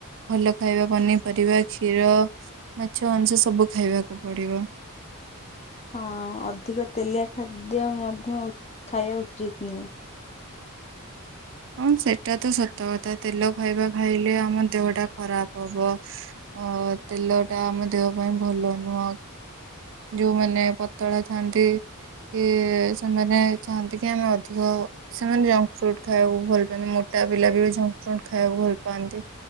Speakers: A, on the right; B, on the left.
A: ଭଲ ଖାଇବା ପନିପରିବା କ୍ଷୀର ମାଛ ମାଂସ ସବୁ ଖାଇବାକୁ ପଡ଼ିବ।
B: ହଁ ଅଧିକ ତେଲିଆ ଖାଦ୍ୟ ମଧ୍ୟ ଖାଇବା ଉଚିତ୍ ନୁହେଁ।
A: ହଁ ସେଟା ତ ସତ କଥା ତେଲ ଖାଇବା ଖାଇଲେ ଆମ ଦେହ ଟା ଖରାପ ହବ। ଅ ତେଲ ଟା ଆମ ଦେହ ପାଇଁ ଭଲ ନୁହଁ। ଯୋଉମାନେ ପତଳା ଥାନ୍ତି କି ସେମାନେ ଚାହାନ୍ତି କି ଆମେ ଅଧିକ ସେମାନେ ଜଙ୍କ ଫ୍ରୁଟ୍ ଖାଇବାକୁ ଭଲ ପାଆ ମୋ ଟା ପିଲା ବି ଜଙ୍କ ଫ୍ରୁଟ୍ ଖାଇବାକୁ ଭଲ ପାଆନ୍ତି